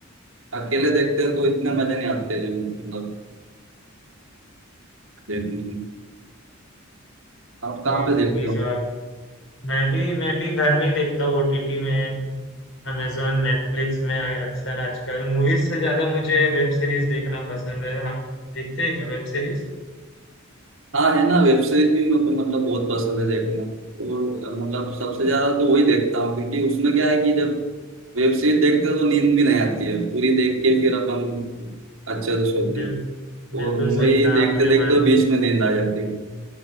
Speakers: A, on the right; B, on the left.
A: अकेले देखते हैं तो इतने मजे नहीं आते जो मतलब देखने आप
B: कोई
A: कहाँ पे
B: मूवी
A: देखते हो
B: जो आप मैं भी मैं भी घर में ही देखता हूँ ओटीटी में अमेजोन नेटफ्लिक्स में अक्सर आजकल मूवीज से ज्यादा मुझे वेब सीरीज देखना पसंद है आप देखते हैं क्या वेब सीरीज
A: हाँ है ना वेब सीरीज भी मेरे को मतलब बहुत पसंद है देखना और अ, मतलब सबसे ज्यादा तो वही देखता हूँ क्योंकि उसमें क्या है कि जब वेब सीरीज देखते हो तो नींद भी नहीं आती है पूरी देख के फिर अपन अच्छे से सोते
B: बिल,
A: हैं
B: बिल्कुल
A: और मूवी
B: सही कहा
A: देखते
B: आपने
A: देखते
B: मन
A: तो बीच में नींद आ जाती है